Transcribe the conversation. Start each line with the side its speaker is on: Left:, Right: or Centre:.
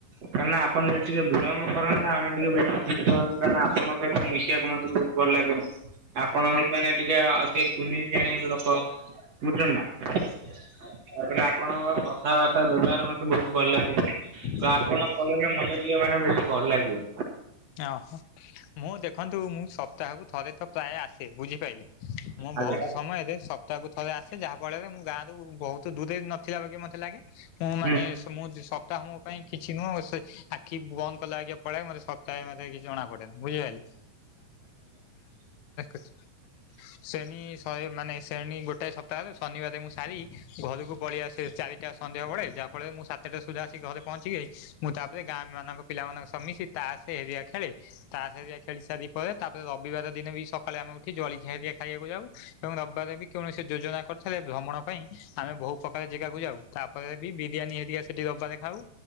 Right: କାହିଁନା ଆପଣ ଯଦି ଟିକେ ବିଳମ୍ୱ କରନ୍ତେ। ଆମେ ଟିକେ ବେଶି ସିକନ୍ତୁ କାରଣ ଆପଣଙ୍କ ସହ ମିଶିବାକୁ ମ ବୋହୁତ ଭଲ ଲାଗେ। ଆପଣ
Left: ହୁଁ।
Right: ଇଏ ମାନେ ଟିକେ ଅଧି କୁନି <unintelligible> ଲୋକ ବୁଝୁଚନ୍ତି ନା। ତାପରେ ଆପଣଙ୍କ କଥାବାର୍ତ୍ତା ବ୍ୟବହାର ମତେ ବୋହୁତ ଭଲ ଲାଗେ।
Left: ହୁଁ
Right: ଆପଣ ପଳେଇଲେ ମତେ ଟିକେ ମାନେ ବେଶୀ ଭଲ ଲାଗିବନି।
Left: ଓହ ମୁଁ ଦେଖନ୍ତୁ ମୁଁ ସପ୍ତାହକୁ ଥରେ ତ ପ୍ରାୟ ଆ ସେ ବୁଝିପାଇଲେ ମୁଁ
Right: ଆଜ୍ଞା
Left: ବୋହୁତ ସମୟରେ ସ ପ୍ତାହକୁ ଥରେ ଆସେ ଯାହା ଫଳରେ ମୁଁ ଗାଁରୁ ବୋହୁତ ଦୂରେ ନ ଥିଲା ବାଗିଆ ମତେ ଲାଗେ। ମୁଁ
Right: ହୁଁ।
Left: ମାନେ ମୁଁ ସ କାମ ପାଇଁ କିଛି ନୁହଁ ସେ ଆଖି ବନ୍ଦ କଲେ ଆଜ୍ଞା ପଳାଏ ମତେ ସ କାଇଁ ମତେ କିଛି ଜଣା ପଡେନି ବୁଝିପାଇଲେ <unintelligible> ଶ୍ରେଣୀ ଶହେ ମାନେ ଶ୍ରେଣୀ ଗୋଟାଏ ସପ୍ତାହରେ ଶନିବାର ମୁଁ ସାରି ଘରକୁ ପଳେଇ ଆସେ ଚାରିଟା ସନ୍ଧ୍ୟାବେଳେ ଯାହାଫଳରେ ମୁଁ ସାତଟା ସୁଦ୍ଧା ଆସି ଘରେ ପହଞ୍ଚି <unintelligible> ମୁଁ ତାପରେ ଗାଁ ମାନଙ୍କ ପିଲାମାନଙ୍କ ସହ ମିଶି ତାସ ହେରିଆ ଖେଳେ। ତାସ ହେରିଆ ଖେଳି ସାରି ପରେ ତାପରେ ରବିବାର ଦିନ ବି ସକାଳେ ଆମେ ଉଠି ଜଳି ଖିଆ ଟିକେ ଖାଇବାକୁ ଯାଉ। ଏବଂ ରବିବାର ବି କୌଣସି ଯୋଜନା କରିଥିଲେ ଭ୍ରମଣ ପାଇଁ ଆମେ ବହୁ ପ୍ରକାର ଜାଗାକୁ ଯାଉ। ତାପରେ ବି ବିରିୟାନୀ ହେରିକା ସେଠି ରବାରେ ଖାଉ।